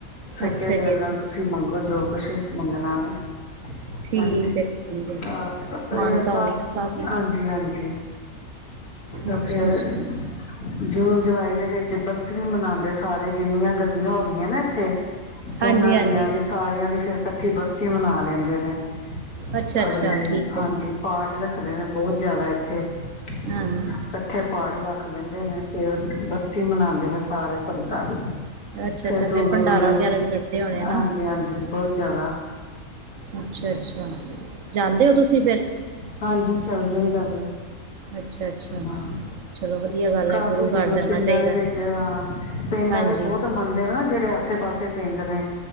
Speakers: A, on the left (about 80°); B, on the right (about 65°).
A: ਸੱਚੇ
B: ਅੱਛਾ
A: ਦਿਲ
B: ਜੀ ਅੱਛਾ
A: ਨਾਲ ਤੁਸੀਂ ਮੰਗੋ ਜੋ ਕੁਛ ਮੰਗਣਾ ਵ
B: ਠੀਕ
A: ਹਾਂਜੀ
B: ਹੈ
A: ਪਤਾ
B: ਠੀਕ ਹੈ ਮਾਨਤਾ
A: ਕਾਫ
B: ਹੋਣੀ ਨਾ ਕਾਫ਼ੀ
A: ਹਾਂਜੀ ਹਾਂਜੀ ਕ
B: ਅੱਛਾ
A: ਫਿਰ
B: ਅੱਛਾ
A: ਜੂਨ ਜੁਲਾਈ ਦੇ ਵਿੱਚ ਬਰਸ ਵੀ ਮਨਾਉਂਦੇ ਸਾਰੇ ਜਿੰਨੀਆਂ ਗੱਦੀਆਂ ਹੋ ਗਈਆਂ ਨਾ ਇੱਥੇ
B: ਹਾਂਜੀ
A: ਉਹਨਾਂ
B: ਹਾਂਜੀ
A: ਦੀਆਂ ਵੀ, ਸਾਰਿਆਂ ਦੀ ਫਿਰ, ਇਕੱਠੀ ਬਰਸੀ ਮਨਾ ਲੇਂਦੇ ਨੇ।
B: ਅੱਛਾ-ਅੱਛਾ
A: ਅਗਲੇ,
B: ਠੀਕ ਹੈ
A: ਹਾਂਜੀ। ਪਾਠ ਦਾ ਦੇ ਨੇ, ਬਹੁਤ ਜ਼ਿਆਦਾ ਇੱਥੇ
B: ਹਾਂ
A: ਇਕੱਠੇ ਪਾਠ ਦਾ ਰੱਖ ਲੈਂਦੇ ਨੇ, ਫਿਰ 'ਬਰਸੀ'ਮਨਾਉਂਦੇ ਨੇ ਸਾਰੇ ਸੰਤਾਂ ਦੀ।
B: ਅੱਛਾ-ਅੱਛਾ
A: ਫੇਰ, ਦੂਰੋ-
B: ਭੰਡਾਰਾ
A: ਦੂਰੋ,
B: ਵਗੈਰਾ ਵੀ ਕੱਢਦੇ ਹੋਣੇ ਨਾ
A: ਹਾਂਜੀ- ਹਾਂਜੀ ਬਹੁਤ ਜ਼ਿਆਦਾ।
B: ਅੱਛਾ-ਅੱਛਾ ਜਾਂਦੇ ਹੋ ਤੁਸੀਂ ਫਿਰ
A: ਹਾਂਜੀ। ਚੱਲ ਜਾਈ ਦਾਵੇ
B: ਅੱਛਾ-ਅੱਛਾ
A: ਹ
B: ਚਲੋ ਵਧੀਆ ਗੱਲ
A: ਕਾਫੀ
B: ਹੈ ਗੁਰੂ ਘਰ
A: ਦੂਰ
B: ਜਾਣਾ
A: ਪਿੰਡਾਂ
B: ਚਾਹੀਦਾ
A: ਦੇ ਵਿੱਚ ਹ ਪਿੰਡ
B: ਹਾਂਜੀ
A: ਵਾਲੇ ਬਹੁਤ ਮੰਨਦੇਨ ਨਾ, ਜਿਹੜੇ ਆਸੇ ਪਾਸੇ ਪਿੰਡ ਨੇ।